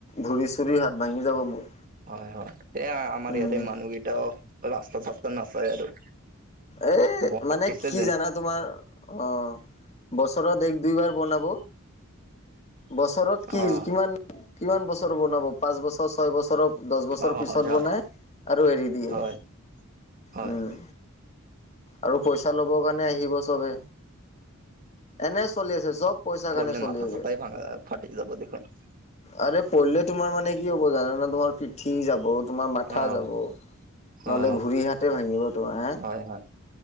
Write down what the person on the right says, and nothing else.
হয় হয় এয়া আমাৰ
ইয়াতে মানুহকেইটাও ৰাস্তা চাস্তা নাচায় আৰু
বনাইছে
যেন
অ',
অ',
হয় হয়
হয় হয়
পৰিলে
মাথা
চথাই ভাঙ ফাটি যাব দেখোন
অ',
অ',
হয় হয়